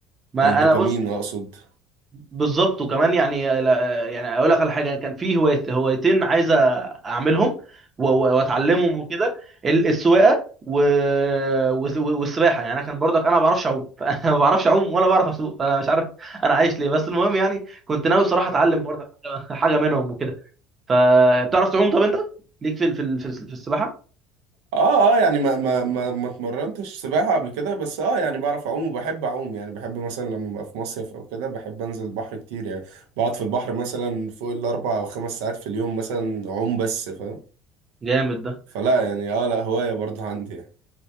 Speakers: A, on the right (about 25°); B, on the right (about 80°).
A: ما
B: الدوبامين
A: انا بص
B: أقصد
A: بالظبط وكمان يعني لا- يعني اقول لك على حاجه كان في هوايت- هوايتين عايز اعملهم و- و- واتعلمهم وكده ال- السواقه و... وس- والسباحه يعني انا كان برضك انا ما بعرفش اعوم <laughs> فانا ما بعرفش اعوم ولا بعرف اسوق فانا مش عارف انا عايش ليه بس المهم يعني كنت ناوي بصراحه اتعلم برضك حاجه <laughs> حاجة منهم وكده فبتعرف تعوم طب انت ليك في ال- في ال- في السباحه
B: اه اه يعني ما ما ما ما اتمرنتش سباحة قبل كده بس اه يعني بعرف اعوم وبحب اعوم يعني بحب مثلا لما ابقى في مصيف او كده بحب انزل البحر كتير يعني بقعد في البحر مثلا فوق الاربع او خمس ساعات في اليوم مثلا اعوم بس فاهم
A: جامد ده
B: فلا يعني اه لا هواية برضه عندي يعني